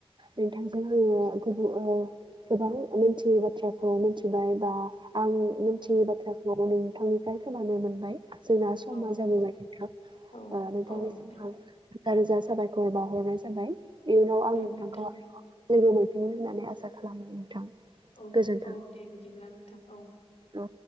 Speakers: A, on the right (about 50°); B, on the left (about 85°).
A: नोंथांजों आङो गुबुन ओ गोबां मिथियै बाथ्राखौ मिथिबाय बा आं मिथियै
B: औ
A: बाथ्राखौ नोंथांनिफ्राय खोनानो मोनबाय। जोंना समा
B: औ
A: जाबोबाय नोंथां
B: औ
A: ओ नोंथांनिसिम
B: औ नोंथां
A: आं रोजा -रोजा साबायखर बावाहरनाय जाबाय इयनाव आं
B: औ
A: नोंथांखौ
B: नोंथां
A: लोगो मोनसिनगोन होननानै आसा खालामो नोंथां।
B: औ
A: गोजोन्थों
B: -औ दे बिदिब्ला नोंथां औ।
A: औ।